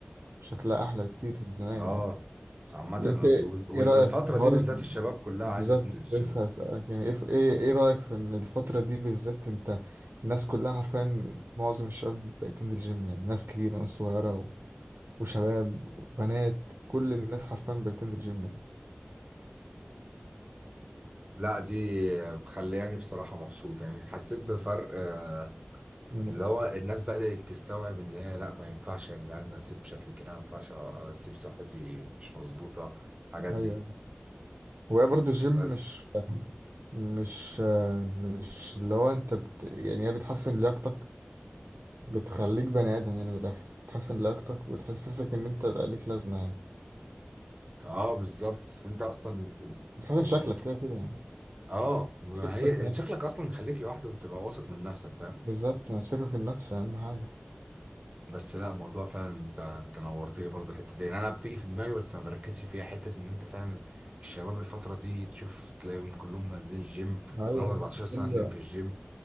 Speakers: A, on the right (about 65°); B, on the right (about 30°).
A: شكلها احلى بكتير من زمان
B: اه
A: يعني
B: عامة
A: يعني انت
B: وال-
A: ايه رأيك
B: والفترة
A: في الحوار
B: دي بالذات
A: إن-
B: الشباب كلها
A: بالظبط
B: عايزة تنزل
A: كنت
B: الجيم
A: لسه هسألك يعني ايه ايه إيه رأيك في ان الفترة دي بالذات انت الناس كلها حرفيا معظم الشباب بقت تنزل جيم يعني ناس كبيرة وناس صغيرة و... وشباب وبنات كل الناس حرفيا بقت تنزل جيم يعني
B: لا دي مخلياني بصراحة مبسوط يعني حسيت بفرق آه،
A: مم.
B: اللي هو الناس بدأت تستوعب ان هي لا ما ينفعش يا جدعان اسيب شكلي كده ما ينفعش اسيب صحتي مش مظبوطة الحاجات
A: ايوه
B: دي
A: وهي برضه الجيم
B: بس
A: مش مش آه، مش اللي هو انت بت... يعني هي بتحسن لياقتك بتخليك بني ادم يعني من الاخر بتحسن لياقتك وتحسسك ان انت بقى ليك لازمه يعني
B: اه بالظبط انت اصلا
A: بتحسن
B: يعني
A: شكلك كده كده يعني
B: اه ما
A: ثقتك
B: هي
A: في نفسك
B: شكلك اصلا خليك لوحدك وتبقى واثق من نفسك فاهم
A: بالظبط الثقه في النفس اهم حاجه
B: بس لا الموضوع فعلا انت انت نورت لي برضه الحته دي يعني انا بتيجي في دماغي بس ما بركزش فيها حته ان انت فعلا الشباب الفتره دي تشوف تلاقيهم كلهم نازلين الجيم
A: ايوه
B: من اول 14
A: ال-
B: سنه تلاقيهم في الجيم